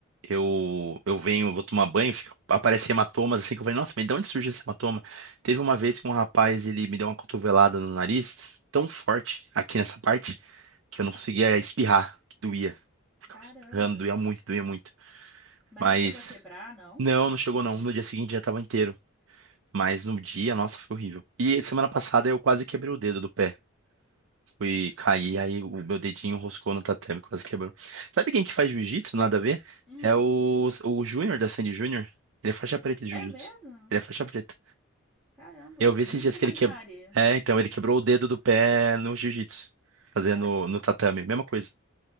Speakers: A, on the right; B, in the centre.
A: eu, eu venho, vou tomar banho, fica, aparece hematomas, assim, que eu falei, nossa, mas de onde surge esse hematoma? Teve uma vez que um rapaz, ele me deu uma cotovelada no nariz, tão forte, aqui nessa parte, que eu não conseguia espirrar, que doía. Ficava
B: Caramba.
A: espirrando, doía muito, doía muito.
B: Mas
A: Mas,
B: não chegou a quebrar, não?
A: não, não chegou não, no dia seguinte já tava inteiro. Mas no dia, nossa, foi horrível. E semana passada eu quase quebrei o dedo do pé. Fui cair, aí o meu dedinho roscou no tatame, quase quebrou. Sabe quem que faz jiu-jitsu? Nada a ver?
B: Hum.
A: É o, o Júnior da Sandy Júnior. Ele é faixa preta de
B: É
A: jiu-jitsu.
B: mesmo?
A: Ele é faixa preta.
B: Caramba,
A: Eu vi esses
B: nunca
A: dias
B: imaginaria.
A: que ele quebrou. É, então, ele quebrou o dedo do pé no jiu-jitsu. Fazendo
B: Aham.
A: no tatame, mesma coisa.